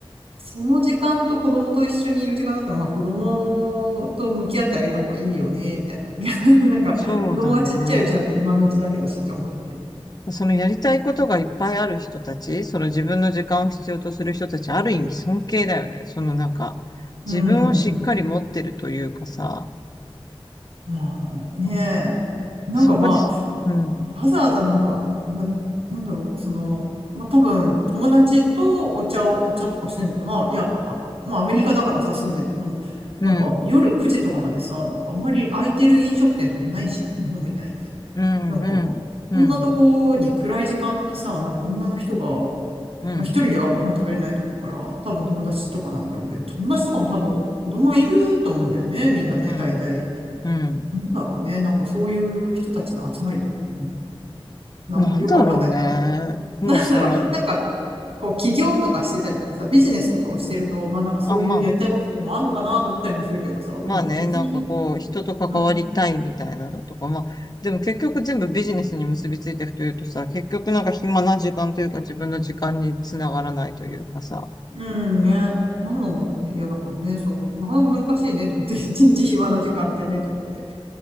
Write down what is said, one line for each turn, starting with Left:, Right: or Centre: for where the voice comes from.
Right: その時間と子供と一緒にいる時間だったら、まあ、子供と向き合ってあげた方がいいよね、みたいな。<laughs> なんか、
Left: そうだね。
Right: 子供がちっちゃいうちなんて今のうちだけだしと思って。
Left: そのやりたいことがいっぱいある人たち、その自分の時間を必要とする人たち、ある意味尊敬だよね。そのなんか、
Right: うん。
Left: 自分をしっかり持ってるというかさ、
Right: まあねえ、
Left: なんか
Right: なんかま
Left: そこです。うん、
Right: あ、わざわざなんか、ま、なんだろう、その、まあ、多分友達とお茶を、お茶とかしてんのかな。いや、あ、まあ、アメリカだからさ、住んでるの、
Left: うん、
Right: なんか夜9時とかまでさ、なんかあんまり空いてる飲食店とかもないし、日本みたいに。
Left: うん、
Right: なんか、
Left: うん、うん、
Right: こんなとこに暗い時間にさ、なんか女の人が、
Left: うん、
Right: まあ、一人ではご飯食べれないと思うから、多分友達とかなんだろうけど、友達とかも多分子供いると思うんだよね、みんなね、
Left: うん、
Right: 大体。
Left: うん。
Right: なんだろうね、なんかそういう人たちの集まりというかね。なんかよくわかんないな。
Left: なんだろうね。もうさ、
Right: <laughs> なんだろう、なんか、こう、起業とかしてたりとかさ、ビジネスとかをしてると、まあなんかそういうやりたいこととかもあんのかなと思ったりもするけどさ、
Left: あ、まあ、まあね、
Right: まあ別に、
Left: なんかこう、人と関わりたいみたいなのとか、
Right: うん、
Left: まあ、でも結局全部ビジネスに結びついていくというとさ、結局なんか暇な時間というか自分の時間につながらないというかさ、
Right: うんね、なんなんだろうね。いや、だからね、そう、なかなか難しいねと思って、<laughs> 一日暇な時間ってね、と思って。